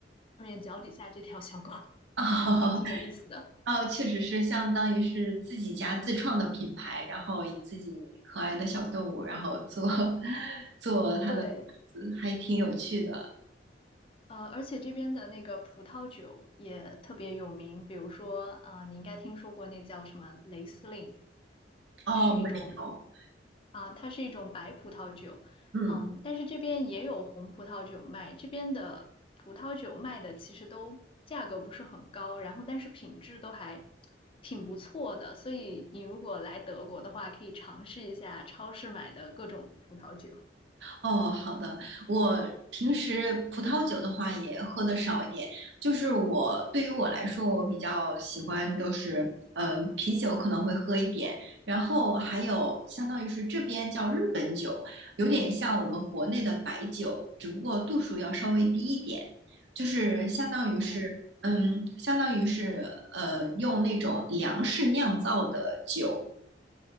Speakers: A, on the left (about 30°); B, on the right (about 75°).
A: 面脚底下这条小狗，
B: 哦
A: 还挺有意思的。”
B: <laughs> 哦，确实是相当于是自己家自创的品牌，然后以自己可爱的小动物，然后做 <laughs> 做它的牌子，
A: 对，
B: 还挺有趣的。
A: 呃，而且这边的那个葡萄酒也特别有名，比如说，啊，你应该听说过那叫什么雷司令，
B: 哦，
A: 是一种，
B: 没有，
A: 啊、它是一种白葡萄酒，
B: 嗯。
A: 嗯，但是这边也有红葡萄酒卖，这边的葡萄酒卖的其实都价格不是很高，然后但是品质都还挺不错的，所以你如果来德国的话，可以尝试一下超市买的各种葡萄酒。
B: 哦，好的。我平时葡萄酒的话也喝的少一点，就是我对于我来说，我比较喜欢都是，嗯、啤酒可能会喝一点，然后还有相当于是这边叫日本酒，有点像我们国内的白酒，只不过度数要稍微低一点，就是相当于是，
A: 哦
B: 嗯，相当于是，呃，用那种粮食酿造的酒。